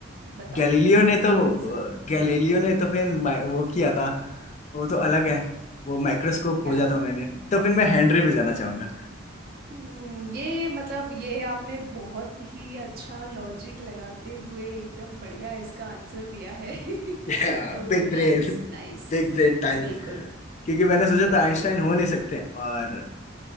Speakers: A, on the right; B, on the left.
A: बताओ
B: गैलीलियो ने
A: कौन
B: तो
A: हो सकता है?
B: गैलीलियो ने तो फिर मा- वो किया था वो तो अलग है वो माइक्रोस्कोप
A: क्या
B: खोजा था उन्होंने तो फिर मैं हेनरी पे जाना चाहूंगा
A: हम्म, ये मतलब ये आपने बहुत ही अच्छा लॉजिक लगाते हुए एकदम बढ़िया इसका आंसर दिया है <laughs>
B: <laughs> Big
A: तो
B: brain
A: नाइस नाइस
B: Big brain time
A: बिल्कुल
B: क्योंकि मैंने सोचा
A: बिल्कुल
B: था आइंस्टाइन हो नहीं सकते और